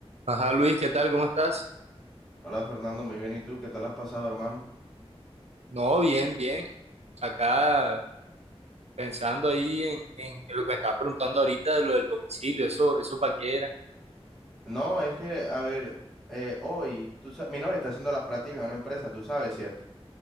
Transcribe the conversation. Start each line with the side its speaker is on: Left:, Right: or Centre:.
Right: Ajá, Luis, ¿qué tal? ¿Cómo estás?
Centre: Hola Fernando, muy bien. ¿Y tú? ¿Qué tal has pasado, hermano?
Right: No, bien, bien. Acá pensando ahí en, en lo que me estabas preguntando ahorita de lo del domicilio, eso, eso para qué era.
Centre: No, es que, a ver, eh, hoy tú sa- mi novia está haciendo las prácticas en una empresa, tú sabes, ¿cierto?